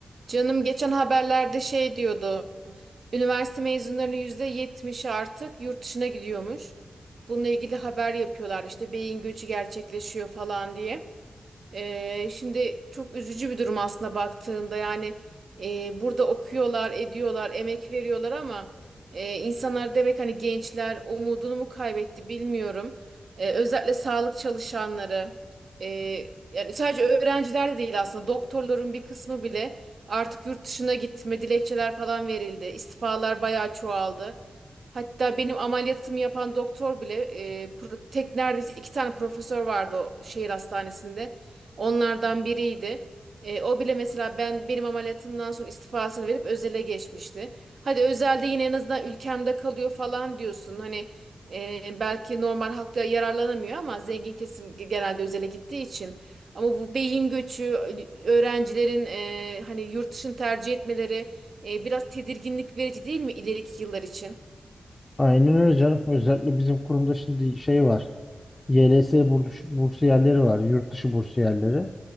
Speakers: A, on the right (about 65°); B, on the left (about 25°).
A: Canım geçen haberlerde şey diyordu. Üniversite mezunlarının %70'i artık yurt dışına gidiyormuş. Bununla ilgili haber yapıyorlar işte beyin göçü gerçekleşiyor falan diye. Ee, şimdi çok üzücü bir durum aslında baktığında yani e, burada okuyorlar, ediyorlar, emek veriyorlar ama e, insanlar demek hani gençler umudunu mu kaybetti bilmiyorum. E, özellikle sağlık çalışanları. Ee, yani sadece öğrenciler de değil aslında doktorların bir kısmı bile artık yurt dışına gitme dilekçeler falan verildi. İstifalar bayağı çoğaldı. Hatta benim ameliyatımı yapan doktor bile e, pro- tek neredeyse iki tane profesör vardı o şehir hastanesinde. Onlardan biriydi. E, o bile mesela ben benim ameliyatımdan sonra istifasını verip özele geçmişti. Hadi özelde yine en azından ülkemde kalıyor falan diyorsun. Hani e, belki normal halkta yararlanamıyor ama zengin kesim genelde özele gittiği için. Ama bu beyin göçü, öğrencilerin e, hani yurt dışını tercih etmeleri e, biraz tedirginlik verici değil mi ileriki yıllar için?
B: Aynen öyle canım. Özellikle bizim kurumda şimdi şey var. YLS burs- bursiyerleri var. Yurt dışı bursiyerleri.